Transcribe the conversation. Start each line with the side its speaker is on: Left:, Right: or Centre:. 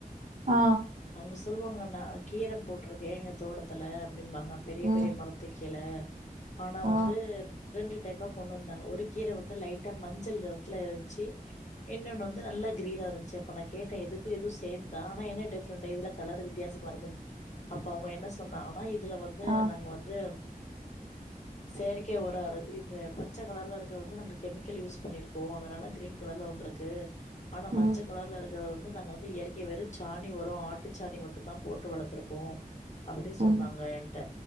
Right: ஆ
Left: அவுங்க சொல்லுவாங்களான்ட கீர போட்டிருக்கே எங்க தோட்டத்துல அப்டிம்பாங்க பெரிய
Right: ம்
Left: பெரிய மரத் துக் கீல ஆனா
Right: ஆ
Left: வந்து ரெண்டு டைப்பா கொண்டு வந்தாங்க ஒரு கீர வந்து லைட் டா மஞ்சள் நிறத்துல இருந்ச்சி இன்னொன்னு வந்து நல்லா கிரீனா இருந்ச்சு அப்ப நா கேட்டே இதுக்கு இது சேம் தா ஆனா என்ன டிஃப்ரண்ட் இதுல கலரு வித்தியாசமா இருக்குனு அப்ப அவுங்க என்ன சொன்னாங்கன்னா இதுல வந்து
Right: ஆ
Left: நாங்க வந்து செயற்கை ஒரே ஆரு இந்த பச்ச கலர்ல இருக்க வந்து நாங்க கெமிக்கல் யூஸ் பண்ணிருக்கோ அதனால கிரீன் கலர்ல வந்திருக்கு ஆனா மஞ்ச
Right: ம்
Left: கலர்ல இருக் இது வந்து நாங்க வந்து இயற்கை வேறு சாணி ஒரோ ஆட்டுச்சாணி மட்டுந்தா போட்டு வளத்துருக்கோ அப்டி சொன்னாங்க
Right: ம்
Left: என்ட்ட